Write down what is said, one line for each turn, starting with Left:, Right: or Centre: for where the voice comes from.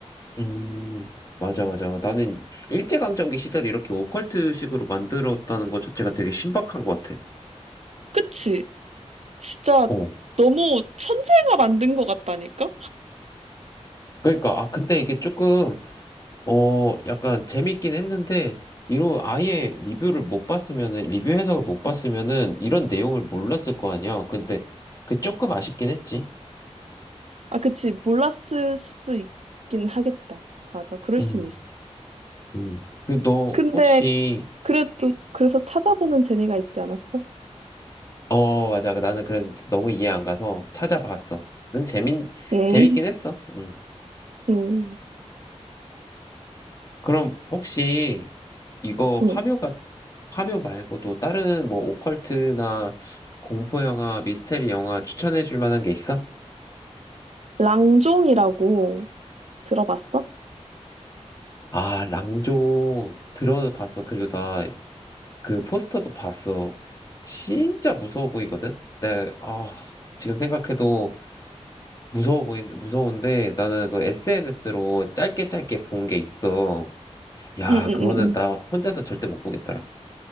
Left: 음, 맞아, 맞아. 나는 일제강점기 시대를 이렇게 오컬트식으로 만들었다는 것 자체가 되게 신박한 것 같아.
Right: 그치? 진짜
Left: 어.
Right: 너무 천재가 만든 것 같다니까?
Left: 그러니까, 아, 근데 이게 조금, 어, 약간 재밌긴 했는데, 이로 아예 리뷰를 못 봤으면은, 리뷰 해석을 못 봤으면은, 이런 내용을 몰랐을 거 아니야. 근데, 그 조금 아쉽긴 했지.
Right: 아, 그치. 몰랐을 수도 있긴 하겠다. 맞아. 그럴
Left: 음,
Right: 순 있어.
Left: 음. 그리고 너
Right: 근데
Left: 혹시,
Right: 그래도 그래서 찾아보는 재미가 있지 않았어?
Left: 어, 맞아. 나는 그래도 너무 이해 안 가서 찾아봤어. 는 재밌,
Right: 응,
Left: 재밌긴 했어. 응.
Right: 응,
Left: 그럼 혹시 이거
Right: 응.
Left: 파묘가 파묘 말고도 다른 뭐 오컬트나 공포 영화, 미스테리 영화 추천해 줄 만한 게 있어?
Right: 랑종이라고 들어봤어?
Left: 아, 랑종 들어봤어. 그리고 나 그 포스터도 봤어. 진짜 무서워 보이거든. 네, 아, 지금 생각해도 무서워 보인 무서운데 나는 그 SNS로 짧게 짧게 본 게 있어. 야,
Right: 응, 응,
Left: 그거는
Right: 응, 응.
Left: 나 혼자서 절대 못 보겠더라.